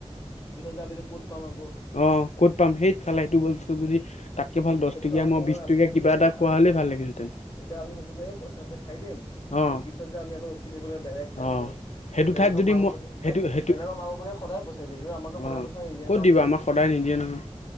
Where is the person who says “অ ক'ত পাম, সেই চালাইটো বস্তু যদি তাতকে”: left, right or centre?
Left